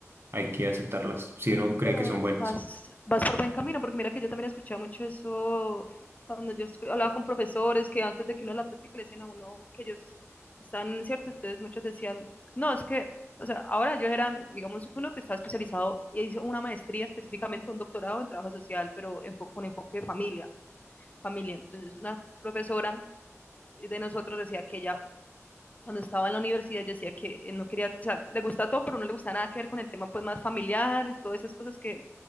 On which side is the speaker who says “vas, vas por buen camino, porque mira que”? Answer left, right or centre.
Left